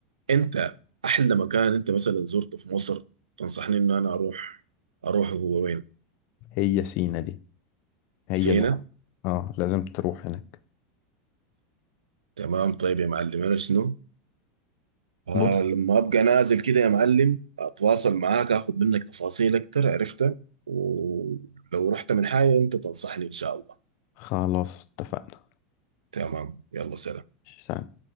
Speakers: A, on the right; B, on the left.
A: أنت أحلى مكان أنت مثلا زرته في مصر تنصحني إن أنا أروح أروح هو وين؟
B: هي سينا دي هي
A: سينا؟
B: ده اه لازم تروح هناك
A: تمام طيب يا معلم أنا شنو؟ آه
B: بص
A: لما أبقى نازل كده يا معلم أتواصل معاك أخذ منك تفاصيل أكتر عرفتها ولو رحت من حاجة أنت تنصحني إن شاء الله
B: خلاص اتفقنا
A: تمام يلا سلام
B: سلام